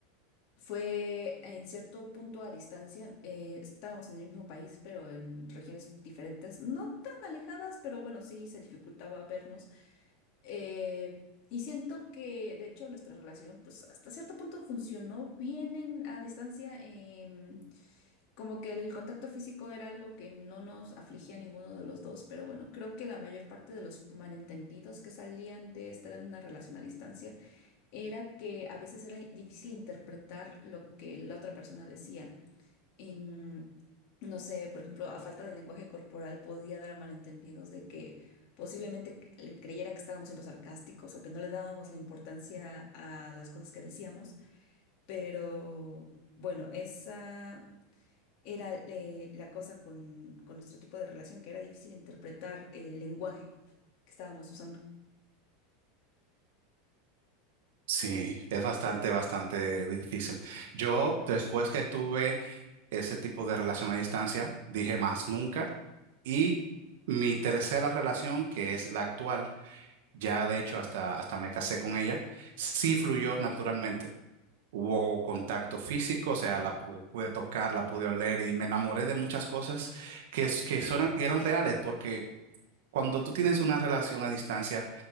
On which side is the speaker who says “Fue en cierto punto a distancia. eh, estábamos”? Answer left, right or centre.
Left